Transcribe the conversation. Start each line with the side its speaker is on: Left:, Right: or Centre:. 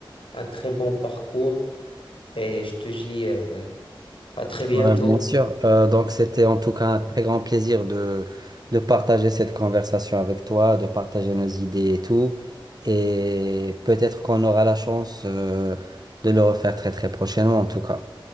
Left: un très bon parcours et je te dis euh, à très bientôt.
Right: Ouais, bien sûr. Euh, donc, c'était en tout cas un très grand plaisir de, de partager cette conversation avec toi, de partager nos idées et tout. Et peut-être qu'on aura la chance, euh, de le refaire très très prochainement en tout cas.